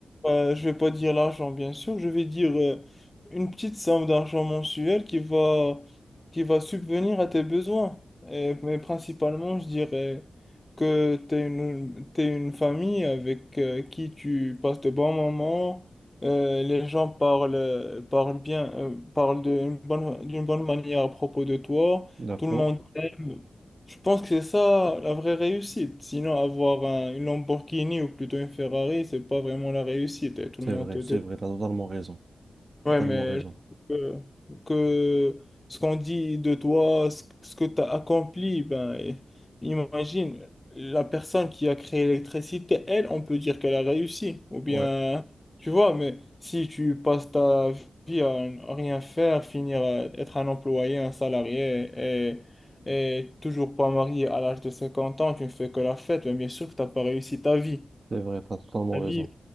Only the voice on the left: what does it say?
Euh, je vais pas dire l'argent, bien sûr, je vais dire euh, une petite somme d'argent mensuel qui va, qui va subvenir à tes besoins. Et- mais principalement, je dirais que tu es une, t'es une famille avec euh, qui tu passes de bons moments. Euh, les gens parlent, euh, parlent bien, euh, parlent d'une bonne, d'une bonne manière à propos de toi.
Tout le monde t'aime. Je pense que c'est ça la vraie réussite. Sinon, avoir un- une Lamborghini ou plutôt une Ferrari, c'est pas vraiment la réussite. Et tout
le monde
te dit
Ouais,
mais
je trouve que, que ce qu'on dit de toi, ce, ce que tu as accompli, ben, et- imagine, la personne qui a créé l'électricité, elle, on peut dire qu'elle a réussi. Ou bien,
tu vois, mais si tu passes ta vie à n- à rien faire, finir à être un employé, un salarié et, et toujours pas marié à l'âge de 50 ans, tu ne fais que la fête, mais bien sûr que tu n'as pas réussi ta vie.
Ta
vie,